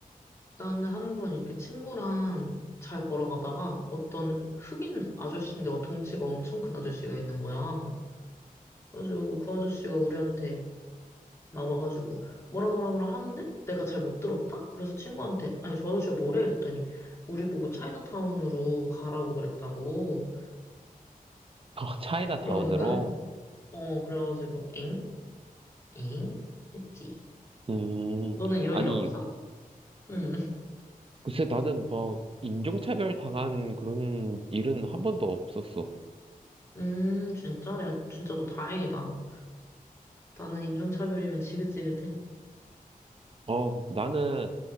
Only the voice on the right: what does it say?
어, 차이나타운으로?
음,
아니,
글쎄, 나는 막, 인종차별 당한 그런 일은 한 번도 없었어.
어, 나는,